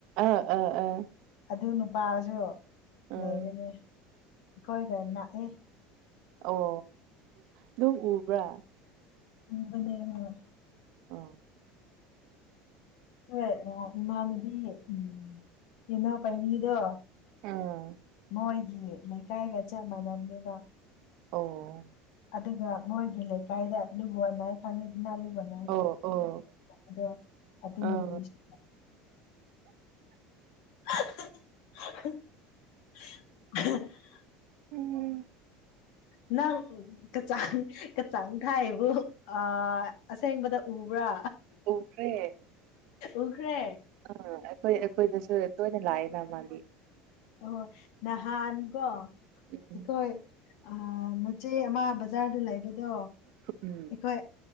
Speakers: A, on the right; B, on the left.
A: ꯑꯥ ꯑꯥ ꯑꯥ
B: ꯑꯗꯨ ꯅꯨꯄꯥꯁꯨ
A: ꯑꯥ
B: ꯂꯩꯕꯅꯦ ꯑꯩꯈꯣꯏ ꯈ ꯅꯥꯛꯑꯦ
A: ꯑꯣ ꯑꯗꯨꯝ ꯎꯕ꯭ꯔꯥ
B: ꯎꯕꯅꯦ ꯑꯃꯨꯔꯛ
A: ꯑ
B: ꯍꯣꯏ ꯉꯍꯥꯛ ꯏꯃꯥꯟꯅꯨꯕꯤ ꯎ ꯀꯩꯅꯣ ꯄꯥꯏꯕꯤꯗꯣ
A: ꯑꯥ
B: ꯃꯣꯏꯒꯤ ꯂꯩꯀꯥꯏꯒ ꯆꯞ ꯃꯥꯟꯅꯅꯕꯅꯦꯕ
A: ꯑꯣ
B: ꯑꯗꯨꯒ ꯃꯣꯏꯒꯤ ꯂꯩꯀꯥꯏꯗ ꯂꯨꯕꯅ ꯈꯪꯉꯤꯗꯅꯥ ꯂꯨꯕꯅ
A: ꯑꯣ ꯑꯣ
B: ꯑꯗꯣ ꯑꯗꯨ
A: ꯑꯥ
B: ꯅꯨꯄꯤꯁꯨ <unintelligible>
A: ꯎꯝ
B: ꯅꯪ ꯎ ꯀꯆꯥꯡ ꯀꯛꯆꯥꯡ ꯊꯥꯏꯕꯨ ꯑ ꯑꯁꯦꯡꯕꯗ ꯎꯕ꯭ꯔꯥ
A: ꯎꯈ꯭ꯔꯦ
B: ꯎꯈ꯭ꯔꯦ
A: ꯑꯝ ꯑꯩꯈꯣꯏ ꯑꯩꯈꯣꯏꯗꯁꯨ ꯇꯣꯏꯅ ꯂꯥꯛꯑꯦꯅ ꯃꯥꯗꯤ
B: ꯑꯣꯍꯣ ꯅꯍꯥꯟ ꯀꯣ
A: ꯎꯝ
B: ꯑꯩꯈꯣꯏ ꯑ ꯃꯆꯦ ꯑꯃ ꯕꯖꯥꯔꯗ ꯂꯩꯕꯗꯣ
A: ꯎꯝ
B: ꯍꯣꯏ